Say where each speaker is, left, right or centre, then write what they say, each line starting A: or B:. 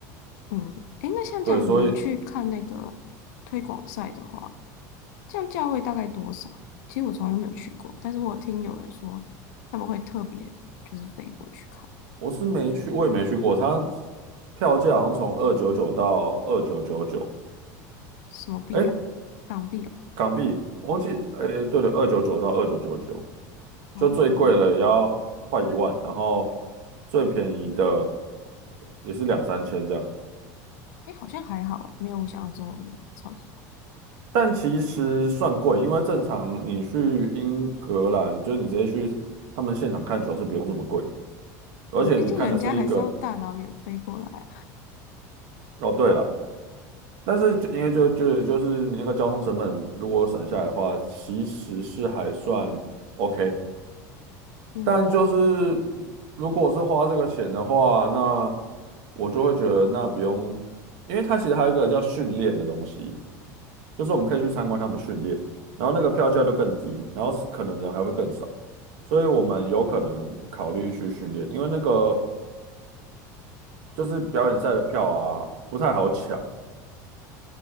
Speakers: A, on the left; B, on the right.
A: 嗯，诶，那像这样你们去看那个推广赛的话，
B: 对，所以
A: 这样价位大概多少？其实我从来都没有去过，但是我有听有人说他们会特别就是飞过去看
B: 我是没去，我也没去过，他票价好像从二九九到二九九九，
A: 什么币啊，
B: 哎，
A: 港币啊
B: 港币，我忘记，哎，对了，二九九到二九九九，
A: 哦，
B: 就最贵的也要快一万，然后最便宜的也是两三千这样。
A: 诶，好像还好诶，没有我想象中的那么超级贵
B: 但其实算贵，因为正常你去英格兰，就是你直接去他们现场看球是不用这么贵的而且你看的是一个
A: 哦，毕竟人家还是要大老远飞过来啊
B: 哦，对了，但是就因为就就就是你那个交通成本如果省下来的话，其实是还算 OK，
A: 嗯，
B: 但就是如果是花这个钱的话，那我就会觉得那不用，因为它其实还有一个叫训练的东西。就是我们可以去参观他们训练，然后那个票价就更低，然后是可能人还会更少，所以我们有可能考虑去训练，因为那个就是表演赛的票啊不太好抢，